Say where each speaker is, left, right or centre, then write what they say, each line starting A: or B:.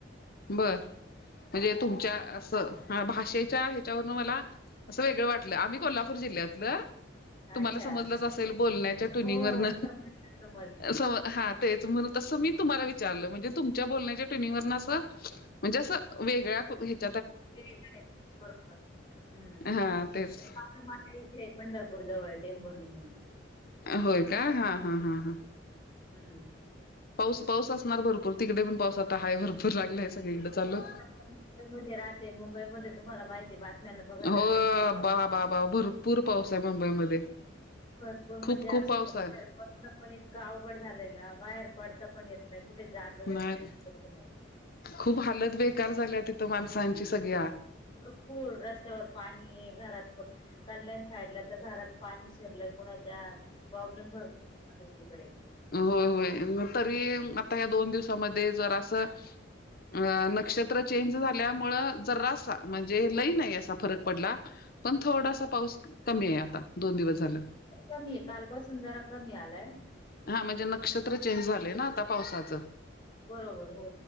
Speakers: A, on the left (about 50°); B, on the left (about 25°).
A: बर म्हणजे तुमच्या असं भाषेच्या ह्याच्यावरन मला असं वेगळं वाटलं आम्ही कोल्हापूर जिल्ह्यातलं
B: अच्छा
A: तुम्हाला समजलंच असेल बोलण्याच्या ट्युनिंग
B: हो
A: वरन
B: समजलं समजलं
A: स हा तेच म्हणून तसं मी तुम्हाला विचारलं म्हणजे तुमच्या बोलण्याच्या ट्युनिंगवरन असं म्हणजे अस वेगळया हेहा
B: <unintelligible> बरोबर हम्म,
A: हा तेच
B: आता माझ्या इकडे पंढरपूर जवळ टेंबूरणे म्हणून
A: होय का हा-हा-हा-हा
B: हम्म,
A: पाऊस पाऊस असणार भरपूर तिकडे पण पाऊस आता आहे भरपूर पुर लागलाय सगळीकड
B: मी स्वतः
A: चालू,
B: मुंबईमध्ये राहते मुंबईमध्ये तुम्हाला माहिती बातम्यांना बघत
A: हो
B: असेल किती पाऊस.
A: बा-बा-बा भरपूर पाऊस आहे मुंबईमध्ये
B: भरपूर म्हणजे
A: खूप खूप
B: अक्षर
A: पाऊस
B: बाहेर
A: आहे
B: पडणं पण इतकं अवघड झालंय ना बाहेर पडता पण येत नाही. कुठे जाणं
A: नाही
B: जायचं नाही
A: खूप <inaudible> हालत बेकार झाल्या तिथं माणसांची. सगळ्या
B: भरपूर रस्त्यावर पाणी आहे घरात, कल्याण साईडला तर घरात पाणी शिरलंय कुणाच्या प्रॉब्लेम भरपूर आह इकडे
A: होय-होय तरी आता या दोन दिवसामध्ये जर असं अ नक्षत्र चेंज झाल्यामुळे जरासा म्हणजे लई नाही अस फरक पडला पण थोडासा पाऊस कमी आहे आता, दोन दिवस झालं
B: कमी आहे कालपासून जरा कमी आलाय
A: हा म्हणजे नक्षत्र चेंज झालेय ना आता पावसाच
B: बरोबर हो